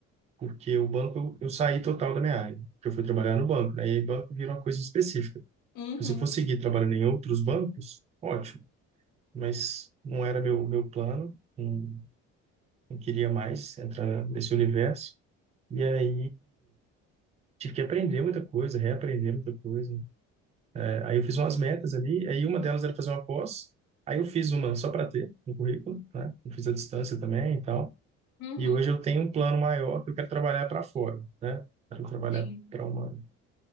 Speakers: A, on the right; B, on the left.
A: porque o banco eu, eu saí total da minha área, porque eu fui trabalhar no banco, né? E aí banco vira uma coisa específica.
B: Uhum,
A: Então, Se eu for seguir trabalhando em outros bancos, ótimo, mas não era meu meu plano, não, não queria mais entrar nesse universo. E aí tive que aprender muita coisa, reaprender muita coisa. É, aí eu fiz umas metas ali, aí uma delas era fazer uma pós, aí eu fiz uma só para ter no currículo, né? Eu fiz a distância também e tal.
B: uhum,
A: E hoje eu tenho um plano maior que eu quero trabalhar para fora, né? Quero trabalhar
B: sim.
A: para uma